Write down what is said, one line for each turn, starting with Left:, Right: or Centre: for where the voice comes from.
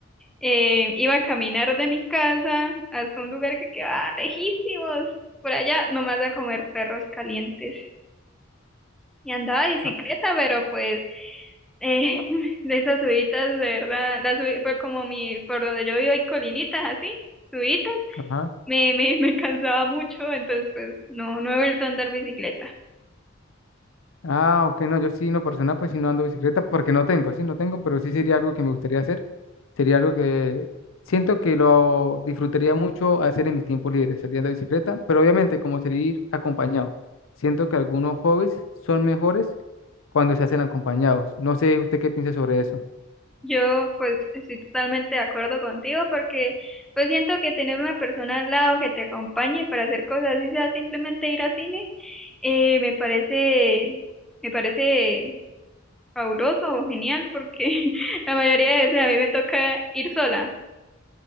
Centre: eh, iba a caminar de mi casa hasta un lugar que quedaba lejísimos, por allá, nomás a comer perros calientes. Y andaba de bicicleta,
Left: Ah,
Centre: pero pues eh, <laughs> de esas subidas, de verdad, las subi- pues, como mi, por donde yo vivo hay colinitas así, subidas,
Left: Ajá.
Centre: me, me, <laughs> me cansaba mucho, entonces pues no, no he vuelto a andar bicicleta.
Left: Ah, ok, no, yo sí, no personal, pues sí no ando bicicleta porque no tengo, sí no tengo, pero sí sería algo que me gustaría hacer. Sería algo que siento que lo disfrutaría mucho hacer en mis tiempos libres, sería andar bicicleta, pero obviamente como salir acompañado. Siento que algunos hobbies son mejores cuando se hacen acompañados. No sé usted qué piensa sobre eso.
Centre: Yo pues estoy totalmente de acuerdo contigo porque pues siento que tener una persona al lado que te acompañe para hacer cosas, así sea simplemente ir al cine, eh, me parece, me parece fabuloso o genial porque <laughs> la mayoría de veces a mí me toca ir sola,